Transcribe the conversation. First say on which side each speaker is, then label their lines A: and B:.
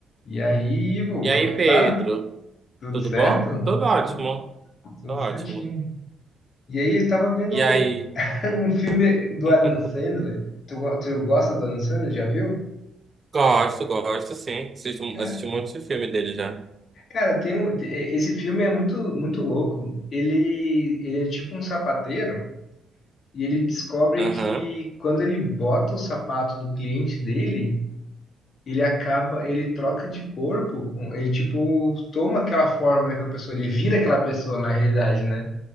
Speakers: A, on the left (about 55°); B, on the right (about 30°).
A: E aí, Ivo,
B: E
A: como
B: aí,
A: é
B: Pedro?
A: que tá? Tudo
B: Tudo
A: certo?
B: bom? Tudo ótimo.
A: Eu, tudo
B: Tô ótimo.
A: certinho. E aí, eu tava vendo
B: E aí?
A: um filme do
B: <laughs>
A: Adam Sandler. Tu, go- tu gosta do Adam Sandler? Já viu?
B: Gosto, gosto, sim. Assisti,
A: Ca-
B: assisti um monte de filme dele já.
A: Cara, tem um, te- esse filme é muito, muito louco. Ele, ele é tipo um sapateiro e ele descobre
B: Aham,
A: que quando ele bota o sapato do cliente dele, ele acaba, ele troca de corpo, com- ele tipo toma aquela forma daquela pessoa, ele vira aquela pessoa na realidade, né?